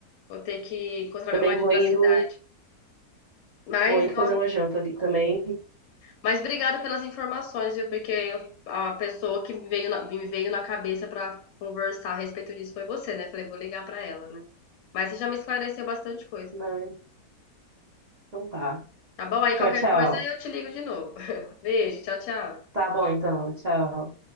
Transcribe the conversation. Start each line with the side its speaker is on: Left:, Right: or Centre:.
Left: Vou ter que encontrar
Right: Também
Left: meu marido
Right: vou indo,
Left: na cidade. Mas,
Right: vou indo
Left: nó-
Right: fazer uma janta ali também,
Left: Mas obrigada pelas informações, viu? Porque a pessoa que me veio na, me veio na cabeça para conversar a respeito disso foi você, né? Falei, vou ligar para ela, né? Mas você já me esclareceu bastante coisa.
Right: né? Então tá.
Left: Tá bom? Aí
Right: Tchau,
Left: qualquer
Right: tchau.
Left: coisa eu te ligo de novo. <laughs> Beijo, tchau, tchau.
Right: Tá bom, então. Tchau.